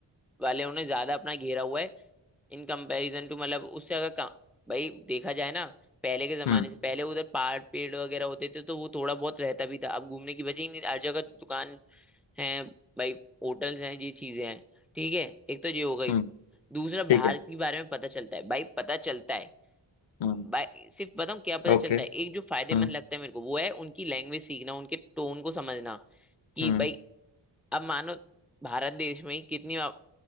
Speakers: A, in the centre; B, on the left (about 75°).
A: वाले उन्हें ज्यादा अपना घेरा हुआ है इन कंपैरिजन टू मतलब उससे अगर का, भाई देखा जाए ना पहले के जमाने
B: हम्म
A: से पहले उधर पहाड़ पेड़ वगैरह होते थे तो वो थोड़ा बहुत रहता भी था अब घूमने की वजह ही नहीं हर जगह दुकान है भाई होटल्स हैं ये चीजें हैं ठीक है एक तो ये हो गई
B: हम्म
A: दूसरा
B: ठीक
A: भारत
B: है
A: के बारे में पता चलता है भाई पता चलता है
B: हम्म
A: भाई सिर्फ बताऊं क्या पता
B: ओके
A: चलता है एक जो
B: हम्म
A: फायदेमंद लगता है मेरे को वो है उनकी लैंग्वेज सीखना उनके टोन को समझना कि
B: हम्म
A: भाई अब मानो भारत देश में ही कितनी आप-